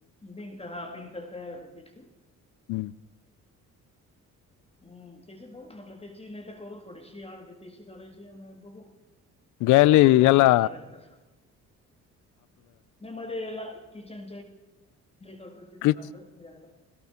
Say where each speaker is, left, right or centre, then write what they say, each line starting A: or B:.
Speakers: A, on the left (about 20°); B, on the left (about 80°).
A: भिंत हा अपंत त्या तेच <unintelligible>
B: हम्म
A: हम्म त्याची बगु म्हटलं त्याची नाही तर करू थोडीशी अडदी त्याशी करायची आणि बघू
B: गॅली
A: अजून काही
B: गला
A: नवीन आलं तर तसं नाही मध्ये किचन आप
B: कि
A: <inaudible> <unintelligible>